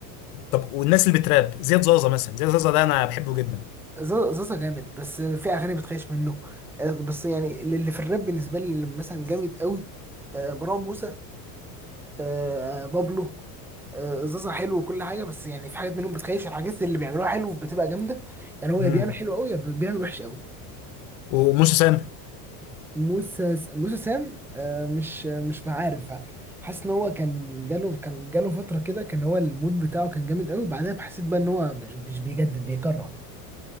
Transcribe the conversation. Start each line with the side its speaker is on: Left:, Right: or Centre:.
Left: طب والناس اللي بتراب زياد زازا مثلا زياد زازا ده انا بحبه جدا
Centre: ز- زازا جامد بس آه، في اغاني بتخيش منه آه بس يعني اللي في الراب بالنسبة لي اللي مثلا جامد قوي آه مروان موسى آه، بابلو آه، زازا حلو وكل حاجه بس يعني في حاجات منهم بتخيش الحاجات اللي بيعملوها حلو بتبقى جامده يعني هو يا
Left: امم
Centre: بيعمل حلو قوي يا بيعمل وحش قوي
Left: وموسى سام
Centre: موسى موسى سام آه، مش مش عارف حاسس ان هو كان جاله كان جاله فتره كده كان هو المود بتاعه كان جامد قوي وبعدها حسيت بقى ان هو مش مش بيجدد بيكرر